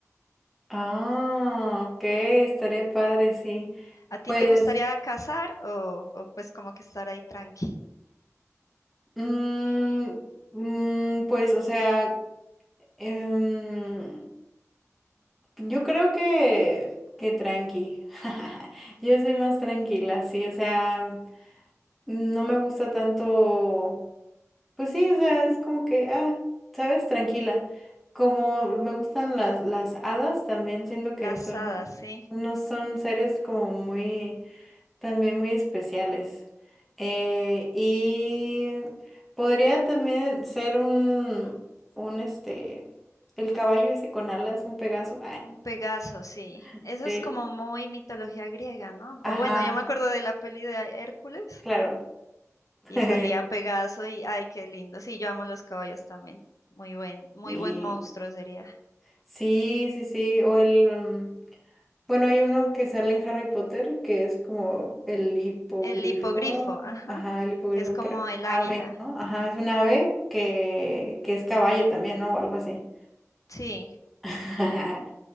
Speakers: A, in the centre; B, on the left.
A: Ah, ok, estaría padre, sí.
B: ¿A ti
A: Pues,
B: te gustaría cazar o, o pues como que estar ahí tranqui?
A: mm, mm, pues, o sea, em, Yo creo que, que tranqui. <laughs> Yo soy más tranquila, sí, o sea, no me gusta tanto, pues sí, o sea, es como que, ah, sabes, tranquila. Como me gustan las, las hadas, también siento
B: Las
A: que son,
B: hadas, sí.
A: unos son seres como muy, también muy especiales. Eh, y podría también ser un, un, este, el caballo ese con alas, un Pegaso.
B: Un Pegaso, sí.
A: <laughs>
B: Eso
A: sí.
B: es como muy mitología griega, ¿no?
A: Ajá,
B: O bueno, yo me acuerdo de la peli de Hércules
A: claro. <laughs>
B: y salía Pegaso y ay, qué lindo. Sí, yo amo los caballos también. Muy buen, muy
A: Y
B: buen monstruo sería.
A: sí, sí, sí. O el. um, bueno, hay uno que sale en Harry Potter que es como el hipogrifo.
B: El hipogrifo, ajá,
A: Ajá, el hipogrifo.
B: que es como
A: Pero
B: el
A: ave,
B: águila.
A: ¿no? Ajá, es un ave que, que es caballo también, ¿no? O algo así.
B: Sí,
A: <laughs>